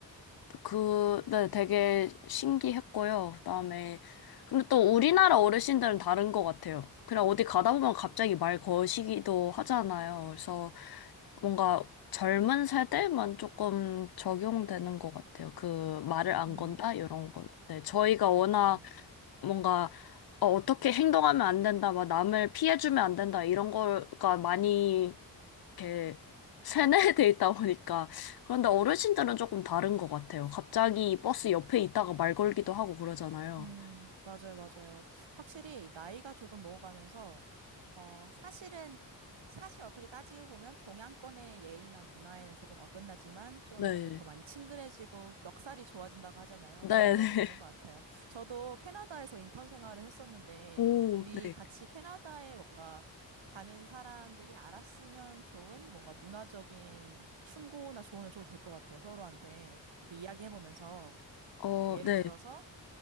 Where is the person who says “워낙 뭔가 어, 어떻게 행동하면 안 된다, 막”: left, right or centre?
Left